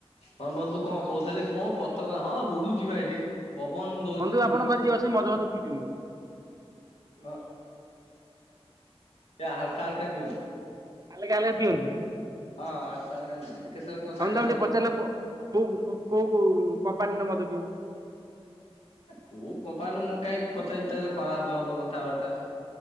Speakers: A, on the left; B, on the right.
A: ହଁ ବନ୍ଧୁ କଣ କହୁଥିଲେ କଣ ପତକା ହଁ ଉଡୁ ଯିବା ଏଇଠି। ପବନ ଦଉଛି
B: ବନ୍ଧୁ ଆପଣଙ୍କ
A: ଉଡୁଛି।
B: ପାଖରେ ଯିଏ ଅଛନ୍ତି ମଦ ଫଦ ପିଇଛନ୍ତି ବୋଧେ
A: ହଁ ହାଲକା ହାଲକା ନିଅନ୍ତି।
B: ହାଲେକା ହାଲେକା ପିଅନ୍ତି?
A: ହଁ ହାଲକା ହାଲକା ନିଅନ୍ତି। କେତେବେଳେ କଣ ସାଙ୍ଗସାଥି
B: ହଁ ବନ୍ଧୁ ତାଙ୍କୁ ଟିକେ ପଚାରିଲ କୋଉ କୋଉ କମ୍ପାନୀର ମଦ ପିଅନ୍ତି।
A: କୋଉ କମ୍ପାନୀରେ ମୁଁ କାଇହିଁ ପଚାରିବି ଖରାପ ହବ କଥାବାର୍ତ୍ତା।